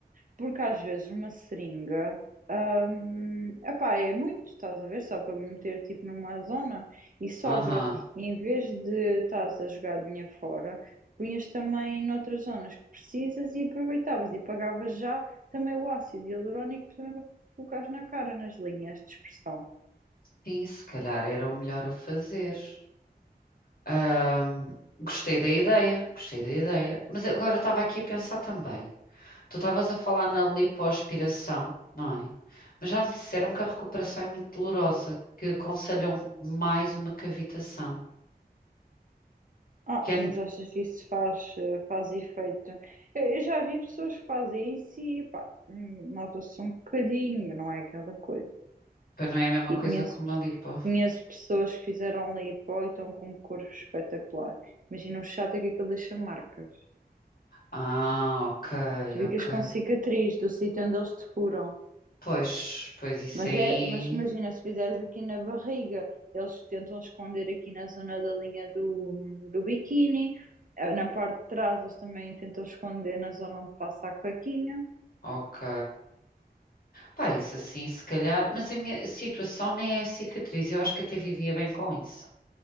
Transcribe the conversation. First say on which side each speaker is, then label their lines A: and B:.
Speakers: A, on the right (about 50°); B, on the left (about 60°).
A: Porque às vezes uma seringa, hum, epá, é muito, estás a ver? Só para me meter tipo numa zona e sobra.
B: Aham.
A: E em vez de estás a jogar dinheiro fora, punhas também noutras zonas que precisas e aproveitavas e pagavas já também o ácido hialurónico também para colocares na cara, nas linhas de expressão.
B: Sim, se calhar era o melhor a fazer. Ahm, gostei da ideia, gostei da ideia. Mas agora eu estava aqui a pensar também. Tu estavas a falar na lipoaspiração, não é? Mas já me disseram que a recuperação é muito dolorosa, que aconselham mais uma cavitação.
A: Ah,
B: Que
A: mas
B: é,
A: achas que isso faz, eh, faz efeito? Eu, eu já vi pessoas que fazem isso e pá, hum, nota-se um bocadinho, mas não é aquela coisa.
B: pois não é a mesma
A: E
B: coisa
A: conheço,
B: que uma lipo.
A: conheço pessoas que fizeram lipo e estão com um corpo espetacular. Imagina o chato é que aquilo deixa marcas.
B: Ah, ok,
A: Tu ficas
B: ok.
A: com cicatriz do sítio onde eles te furam.
B: Pois, pois isso
A: Mas,
B: aí,
A: é, mas imagina, se fizeres aqui na barriga, eles tentam esconder aqui na zona da linha do, do biquíni. Eh, Na parte de trás, eles também tentam esconder na zona onde passa a cuequinha.
B: ok. Pá, isso assim, se calhar, mas a minha situação nem é cicatriz, eu acho que até vivia bem com isso.